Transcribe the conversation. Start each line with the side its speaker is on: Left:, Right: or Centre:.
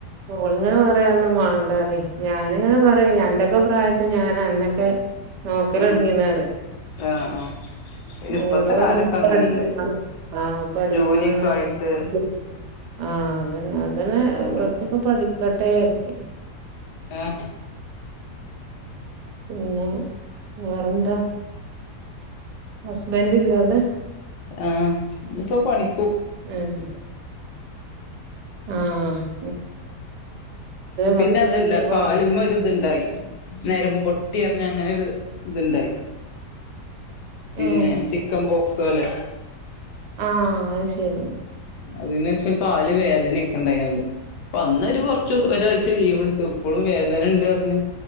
Right: ഒള്ങ്ങനെ പറയെന്നും പറിംഞാനിങ്ങനെ പറിം അന്റെക്കെ പ്രായത്തിൽഞാൻ അന്നൊക്കെ നോക്കൽ
Left: ഉം
Right: ഒടങ്ങിന്ന പറിം
Left: ആഹ് ആഹ് പിന്നെ ഇപ്പത്തെ
Right: ഓള് പറമ്
Left: കാലൊക്കെ
Right: ഇക്ക്പഠിക്കണം
Left: അങ്ങനല്ലേ
Right: ആപഠിക്കണംങ്ങനെ
Left: ജോലിയൊക്കെ ആയിട്ട്
Right: ഇങ്ങനെ പറിം ആഹ അതന്നെ അത് അതന്നെ
Left: അങ്ങനെ
Right: കുറച്ചൊക്കെ പഠിക്കട്ടെ തേർച്ചയിട്ടും
Left: ആഹ
Right: പിന്നെ വേറെഎന്ത സു ബെന്തില്ല അത്
Left: ആഹ ഇപ്പൊ പണി
Right: ആഹ ആഹ
Left: പിന്നെ
Right: കൊറച്ചൊക്കെ
Left: അതല്ല
Right: ലീവാണ്
Left: കാലുമ്മ ഒരു ഇതുണ്ടായി നേരമ്പ്പൊട്ടിയറക് പിന്നെ അങ്ങനെ ഒരു ഇതുണ്ടായി പിന്നെ
Right: ഏഹ്
Left: ചിക്കൻ ബോക്സ് പോലെ
Right: ആഹ അത് ശരി
Left: അതിനേഷം കാല് വേദനയൊക്കെ ഉണ്ടായില്ല നല്ലംഅന്ന്ഒരു ഒരാഴ്ച ലീവ് എടുത്തു ഇപ്പളും വേദന ഉണ്ട് പറഞ്ഞഞ്